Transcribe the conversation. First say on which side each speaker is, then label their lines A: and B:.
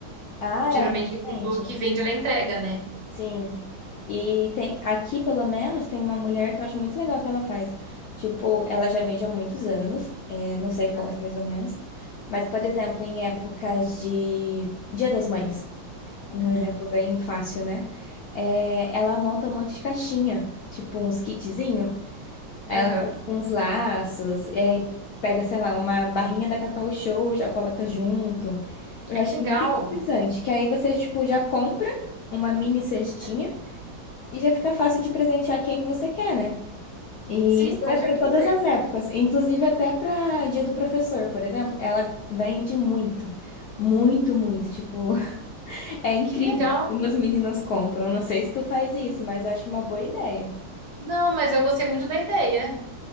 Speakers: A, on the left (about 80°); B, on the right (about 60°).
A: Ah,
B: Geralmente
A: é,
B: a pessoa
A: realmente.
B: que vende, ela entrega, né?
A: Sim. E tem aqui, pelo menos, tem uma mulher que eu acho muito legal que ela faz. Tipo, ela já vende há muitos anos, é, não sei quanto
B: Aham.
A: mais ou menos. Mas, por exemplo, em épocas de Dia das Mães. um
B: Uhum.
A: exemplo bem fácil, né? É, ela monta um monte de caixinha, tipo uns kitzinho. Aí
B: Aham.
A: Ela coloca uns laços, e aí pega, sei lá, uma barrinha da Cacau Show, já coloca junto. Eu
B: Ah,
A: achei
B: que legal.
A: muito interessante, que aí você, tipo, já compra uma mini cestinha
B: Hum?
A: e já fica fácil de presentear quem você quer, né? E
B: Sim,
A: isso
B: com
A: é
B: certeza.
A: para todas as épocas, inclusive até para Dia do Professor, por exemplo, ela vende muito, muito, muito, tipo, <laughs> É incrível
B: Que legal.
A: como as meninas compram. Não sei se tu faz isso, mas eu acho uma boa ideia.
B: Não, mas eu gostei muito da ideia.